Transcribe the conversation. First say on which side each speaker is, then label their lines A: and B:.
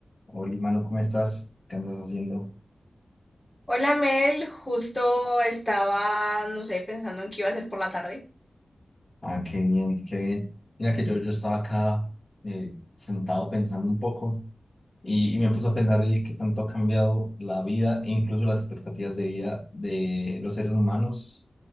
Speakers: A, on the left; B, on the left.
A: Hola, mano, ¿cómo estás? ¿Qué andas haciendo?
B: Hola Mel, justo estaba, no sé, pensando en qué iba a hacer por la tarde.
A: Ah, qué bien, qué bien. Mira que yo, yo estaba acá eh, sentado pensando un poco y, y me puse a pensar el qué tanto ha cambiado la vida e incluso las expectativas de vida de los seres humanos